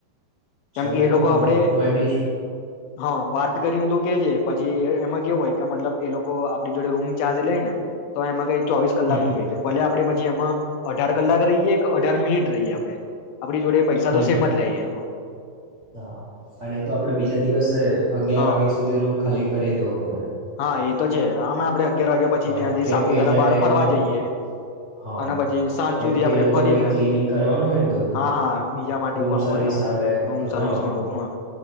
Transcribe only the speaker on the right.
ચાલ
ને
તો
હું
હું એમની જ
હમ
હમ.
હા અને એ તો આપડે બીજા દિવસ અગિયાર
વાગ્યા સુધી રૂમ ખાલી કરી દેવો. <unintelligible>
હા
કેમ
કે એટલા
ટાઈમમાં
હા
કેમ
કે
એ લોકોને
એક ક્લિનિંગ કરવાનું હોય ને બધું
રૂમ
સર્વિસ
આવે
હા